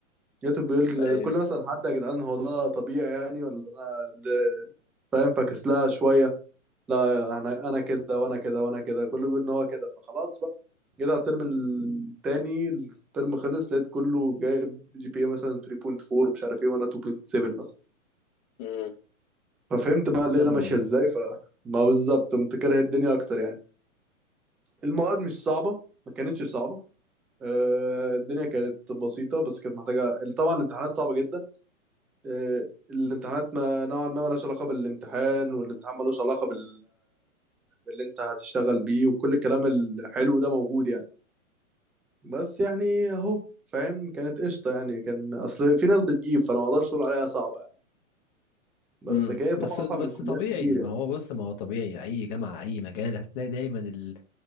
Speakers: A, in the centre; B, on the left.
A: لقيته بيقول
B: ايوه
A: كل ما اسال حد يا جدعان هو ده طبيعي يعني ولا انا اللي فاهم فاكس لها شويه لا انا انا كده وانا كده وانا كده كله بيقول ان هو كده فخلاص بقى جيت على الترم التاني الترم خلص لقيت كله جايب جي بي اي مثلا 3.4 مش عارف ايه وانا 2.7 مثلا
B: مم.
A: ففهمت بقى الليله
B: صدمة
A: ماشيه
B: دي
A: ازاي فما بالظبط قمت كاره الدنيا اكتر يعني المواد مش صعبه ما كانتش صعبه آه، الدنيا كانت بسيطه بس كانت محتاجه طبعا الامتحانات صعبه جدا آه، الامتحانات ما نوعا ما ملهاش علاقه بالامتحان والامتحان ملوش علاقه بال باللي انت هتشتغل بيه وكل الكلام الحلو ده موجود يعني بس يعني اهو فاهم كانت قشطه يعني كان اصل في ناس بتجيب فانا ما اقدرش اقول عليها صعبه يعني. بس
B: مم.
A: كده طبعا
B: بس بس
A: اصعب من كليات
B: طبيعي
A: كتير يعني
B: ما هو بص ما هو طبيعي أي جامعة أي مجال هتلاقي دايما ال-